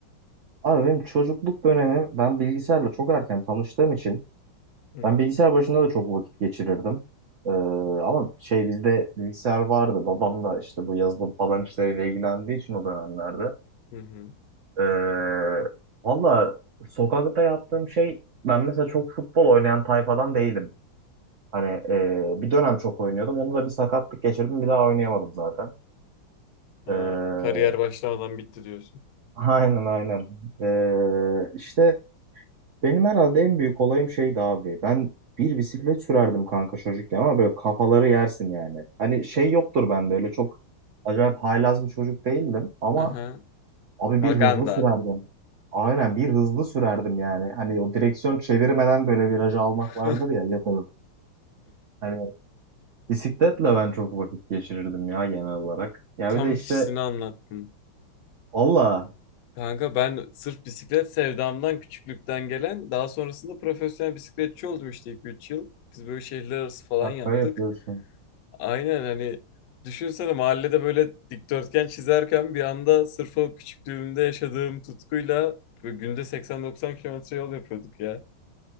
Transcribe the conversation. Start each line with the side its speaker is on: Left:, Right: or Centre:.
Right: Abi benim çocukluk dönemi ben bilgisayarla çok erken tanıştığım için
Left: Hı hı.
Right: ben bilgisayar başında da çok vakit geçirirdim. Ee, ama şey bizde bilgisayar vardı. Babam da işte bu yazılım falan işleriyle ilgilendiği için o dönemlerde.
Left: Hı hı.
Right: Ee, valla sokakta yaptığım şey ben mesela çok futbol oynayan tayfadan değilim. Hani e, bir dönem çok oynuyordum. Onu da bir sakatlık geçirdim. Bir daha oynayamadım zaten.
Left: Ha,
Right: Ee,
Left: kariyer
Right: <laughs>
Left: başlamadan bitti diyorsun.
Right: aynen aynen. Ee, işte Benim herhalde en büyük olayım şeydi abi. Ben bir bisiklet sürerdim kanka çocukken ama böyle kafaları yersin yani. Hani şey yoktur bende öyle çok acayip haylaz bir çocuk değildim ama
Left: Aha.
Right: abi
Left: Maganda.
Right: bir hızlı sürerdim. Aynen bir hızlı sürerdim yani. Hani o direksiyon çevirmeden böyle virajı almak
Left: <laughs>
Right: vardır ya yaparım. Hani bisikletle ben çok vakit geçirirdim ya genel olarak. Ya
Left: Tam
Right: bir de işte
Left: kişisini anlattın.
Right: valla
Left: Kanka ben sırf bisiklet sevdamdan küçüklükten gelen daha sonrasında profesyonel bisikletçi oldum işte 2 üç yıl. Biz böyle şehirler arası falan
Right: şaka
Left: yaptık.
Right: yapıyorsun.
Left: Aynen hani düşünsene mahallede böyle dikdörtgen çizerken bir anda sırf o küçüklüğümde yaşadığım tutkuyla böyle günde 80-90 kilometre yol yapıyorduk ya.